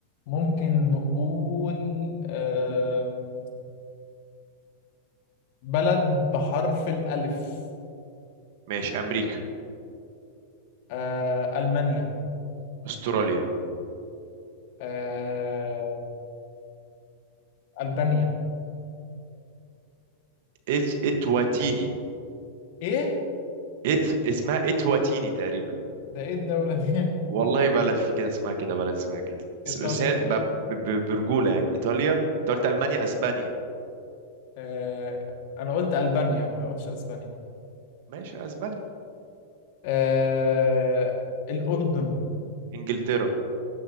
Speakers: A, on the left; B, on the right.
A: ممكن نقول آم، بلد بحرف الألف
B: ماشي امريكا
A: آه، ألمانيا
B: استراليا
A: آه، ألبانيا
B: اس اتواتيني
A: إيه؟
B: إث... اسمها اتواتيني تقريبا
A: ده إيه الدولة دي؟
B: والله بلد في كده اسمها كده بلد اسمها كده بس
A: <laughs> إيطاليا
B: بس هي ب... ب... ب- برجولة يعني ايطاليا انت
A: آه.
B: قلت المانيا اسبانيا
A: آه، أنا قلت ألبانيا ما قلتش أسبانيا
B: ماشي اسبانيا
A: آه، الأردن
B: انجلترا